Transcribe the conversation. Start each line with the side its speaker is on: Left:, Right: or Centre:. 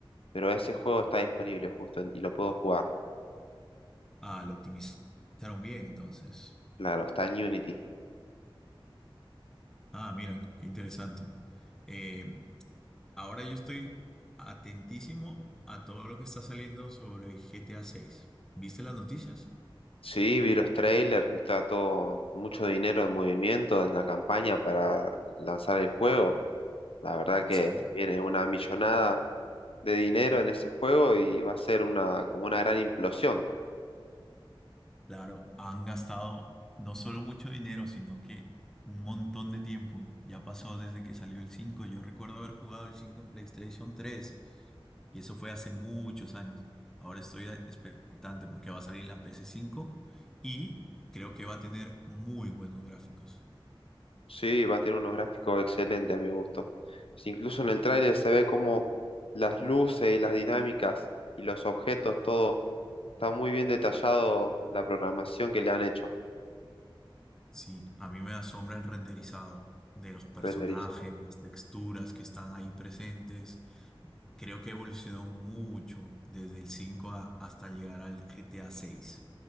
Left: Pero ese juego está disponible justo en- y lo puedo jugar.
Centre: ah, lo optimizaron bien, entonces.
Left: Claro, está en Unity.
Centre: Ah, mira, qué interesante. Eh, ahora yo estoy atentísimo a todo lo que está saliendo sobre GTA 6. ¿Viste las noticias?
Left: Sí, vi los trailers, está todo mucho dinero en movimiento en la campaña para lanzar el juego. La verdad que
Centre: Sí.
Left: viene una millonada de dinero en ese juego y va a ser una, como una gran implosión.
Centre: Claro, han gastado no solo mucho dinero, sino que un montón de tiempo. Ya pasó desde que salió el 5. Yo recuerdo haber jugado el 5 en PlayStation tres y eso fue hace muchos años. Ahora estoy expectante porque va a salir en la ps cinco y creo que va a tener muy buenos gráficos.
Left: Sí, va a tener unos gráficos excelentes a mi gusto. Si incluso en el tráiler se ve como las luces y las dinámicas y los objetos, todo está muy bien detallado la programación que le han hecho
Centre: Sí, a mí me asombra el renderizado de los personajes,
Left: Renderis.
Centre: las texturas que están ahí presentes. Creo que evolucionó mucho desde el 5 a- hasta llegar al GTA seis.